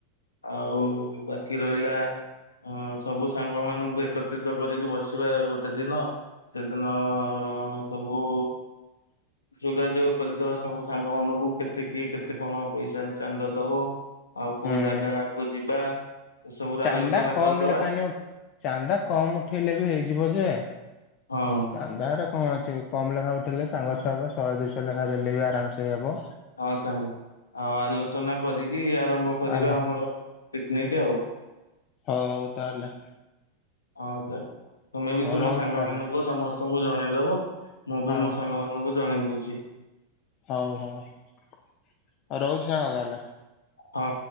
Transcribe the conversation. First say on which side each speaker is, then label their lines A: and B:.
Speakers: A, on the left; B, on the left.
A: ଆଉ ବା କି ରହିଲା ଅ ସବୁ ସାଙ୍ଗ ମାନଙ୍କୁ ଏକତ୍ରିତ କରିକି ବସିବା ଗୋଟେ ଦିନ। ସେଦିନ ସବୁ ଯୋଗାଯୋଗ କରିଦବା ସବୁ ସାଙ୍ଗ ମାନଙ୍କୁ କେତେ କିଏ କେତେ କଣ ପଇସା ଚାନ୍ଦ ଦବ। ଆଉ କୋଉ
B: ହୁଁ
A: ଜାଗାକୁ ଯିବା ଏସବୁ
B: ଚାନ୍ଦା
A: ର ଆଲୋଚନା
B: କମ
A: କରିଦବା।
B: ଲେଖାନି ଚାନ୍ଦା କମ ଉଠେଇଲେ ବି ହେଇଯିବ ଯେ।
A: ହଁ।
B: ଚାନ୍ଦାରେ କଣ ଅଛି କମ ଲେଖା ଉଠେଇଲେ ସାଙ୍ଗ ଛୁଆ ହେବ ଶହେ ଦୁଇଶହ ଲେଖା ଦେଲେ ବି ଆରାମସେ ସେ ହବ।
A: ହଁ ସାଙ୍ଗ ଆଉ ଆଲୋଚନା କରିକି ଆରମ୍ଭ କରିବା
B: ଆଲା
A: ଆମର ପିକନିକ ଆଉ।
B: ହଉ ତାହେଲେ।
A: ହଉ ତାହେଲେ ତୁମେ ବି
B: ହଉ
A: ତୁମ
B: ରହୁଛି
A: ସାଙ୍ଗ
B: ତାହେଲେ
A: ମାନଙ୍କୁ ସମସ୍ତଙ୍କୁ ଜଣେଇଦବ ମୁଁ ବି
B: ହଁ
A: ମୋ ସାଙ୍ଗ ମା ନଙ୍କୁ ଜଣେଇ ଦଉଚି।
B: ହଉ ସାଙ୍ଗ ଆ ରହୁଚି ସାଙ୍ଗ ତାହେଲେ।
A: ହଁ।